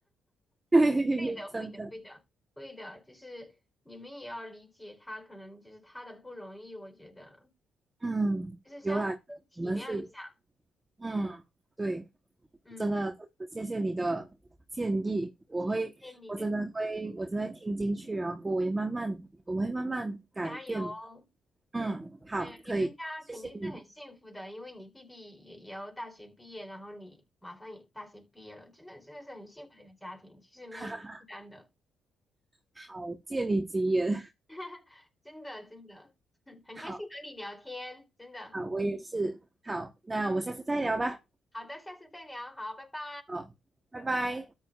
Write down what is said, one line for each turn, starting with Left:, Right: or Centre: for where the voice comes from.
Right: <laughs> 嘿嘿嘿，
Centre: 会的，
Right: 真的，
Centre: 会的，会的，会的，就是你们也要理解他，可能就是他的不容易，我觉得
Right: 嗯，
Centre: 就是相互体谅一下。
Right: 有啊，我们是，嗯，对。
Centre: 嗯，
Right: 真的，谢谢你的建议，我会，
Centre: 谢谢你的，
Right: 我真的会，
Centre: 嗯，
Right: 我真的会听进去，然后我会慢慢，我们会慢慢改变。
Centre: 加油。
Right: 嗯，好，
Centre: 哎呀，
Right: 可以，
Centre: 你们家肯定是很幸福的，
Right: 谢谢你，
Centre: 因为你弟弟也也要大学毕业，然后你马上也大学毕业了，真的真的是很幸福的一个家庭，其实没有什么负担的，
Right: <laughs> 好，借你吉言，
Centre: <laughs> 真的真的，<laughs>
Right: <laughs>
Centre: 很开心和你聊天，
Right: 好，
Centre: 真的。
Right: 好，我也是，好，那我们下次再聊吧，
Centre: 好的，下次再聊，好，拜拜。
Right: 好，拜拜。